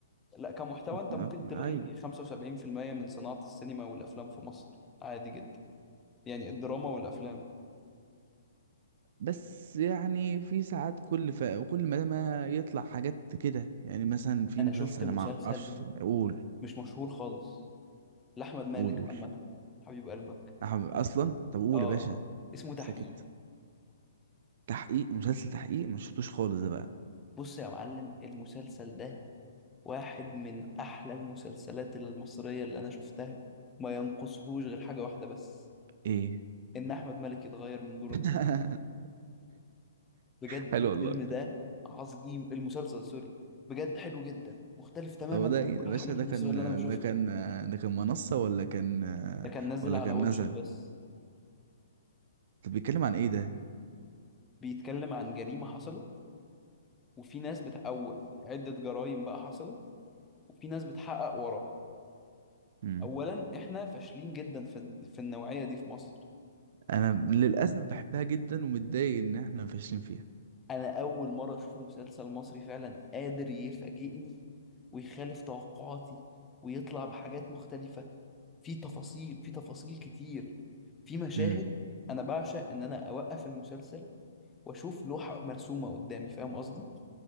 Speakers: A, on the left; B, on the right.
A: لا كمحتوى انت
B: ما-
A: ممكن تلغي
B: ايوه
A: 75% من صناعه السينما والافلام في مصر عادي جدا يعني الدراما والافلام
B: بس يعني في ساعات كل ف... كل ما ما يطلع حاجات كده يعني مثلا في
A: انا
B: مسلسل
A: شفت
B: أنا
A: مسلسل
B: ما اعرفش قول
A: مش مشهور خالص لأحمد مالك
B: قول قول
A: عامة حبيب قلبك
B: أحب... اصلا طب قول
A: اه
B: يا باشا
A: اسمه تحقيق
B: سكت تحقيق مسلسل تحقيق ما شفتوش خالص ده بقى
A: بص يا معلم المسلسل ده واحد من أحلى المسلسلات المصرية اللي أنا شفتها ما ينقصهوش غير حاجة واحدة بس
B: ايه
A: إن أحمد مالك يتغير من دور
B: <laughs>
A: البطل بجد
B: حلو
A: الفيلم
B: والله
A: ده عظيم المسلسل سوري بجد حلو جدا مختلف تماما
B: هو ده
A: عن
B: ايه
A: كل
B: يا
A: الحاجات
B: باشا ده
A: المصرية
B: كان
A: اللي أنا بشوفها
B: ده كان ده كان منصة ولا كان
A: ده كان نازل
B: ولا
A: على
B: كان
A: واتشت
B: نزل
A: بس
B: طب بيتكلم عن ايه ده
A: بيتكلم عن جريمة حصلت وفي ناس بتقوت عدة جرائم بقى حصلت وفي ناس بتحقق وراها
B: امم
A: اولا احنا فاشلين جدا في في النوعيه دي في مصر
B: انا للاسف بحبها جدا ومتضايق ان احنا فاشلين فيها
A: انا اول مره اشوف مسلسل مصري فعلا قادر يفاجئني ويخالف توقعاتي ويطلع بحاجات مختلفه في تفاصيل في تفاصيل كتير في مشاهد
B: امم
A: انا بعشق ان انا اوقف المسلسل واشوف لوحه مرسومه قدامي فاهم قصدي